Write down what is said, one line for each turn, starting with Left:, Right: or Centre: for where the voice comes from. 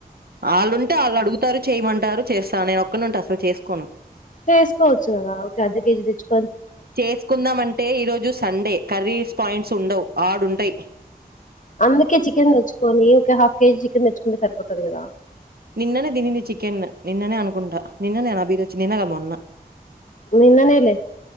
Right: వాళ్ళుంటే వాళ్ళు అడుగు రు చేయమంటారు చేస్తా నేను ఒక్కళ ఉంటే అసలు చేసుకోను
Left: చేసుకోవచ్చు కదా ఒక అర్ధ కేజీ తెచ్చుకో
Right: చేసుకుందామంటే ఈరోజు సండే కర్రీర్స్ పాయింట్స్ ఉండవు ఆడుంటాయి
Left: అందుకే చికెన్ తెచ్చుకొని ఒక హాఫ్ కేజీ చికెన్ తెచ్చుకుంటే సరిపోతుంది కదా
Right: నిన్ననే తింది చికెన్ నిన్ననే అనుకుంటా నిన్న నేను అభిత వచ్చి నిన్నగా మొన్న
Left: నిన్ననేలే